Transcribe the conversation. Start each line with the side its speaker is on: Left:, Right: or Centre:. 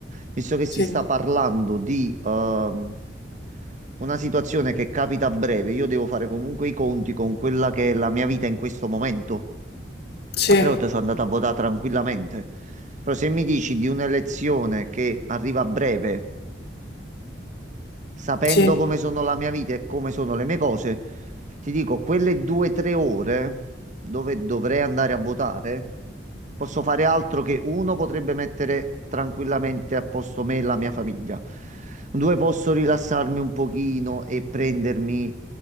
Right: visto che si
Left: sì,
Right: sta parlando di ehm, una situazione che capita a breve, io devo fare comunque i conti con quella che è la mia vita in questo momento.
Left: sì,
Right: Altre volte sono andato a votare tranquillamente, però se mi dici di un'elezione che arriva a breve, sapendo
Left: sì,
Right: come sono la mia vita e come sono le mie cose, ti dico, quelle due o tre ore dove dovrei andare a votare, posso fare altro che uno potrebbe mettere tranquillamente a posto me e la mia famiglia. Due, posso rilassarmi un pochino e prendermi